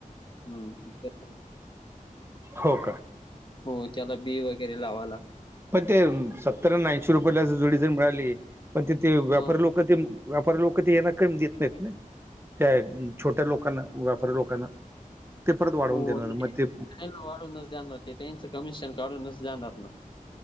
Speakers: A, on the left (about 35°); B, on the right (about 15°).
A: हू तेच ना!
B: हो का!
A: हो त्याला बी वगैरे लावा ला
B: पण ते सत्तर न ऐंशी रुपयेला जुडी जर मिळाली पण ते ते व्यापारी
A: हा
B: लोक ते व्यापारी लोक ते ना कमी देत नाहीत ना! त्या छोट्या लोकांना व्यापारी लोकांना ते परत वाढवून
A: हो
B: देणार
A: नाही,
B: म ते!
A: नाही वाढूनच देणार ते त्यांच कमिशन काढूनच देणार ना!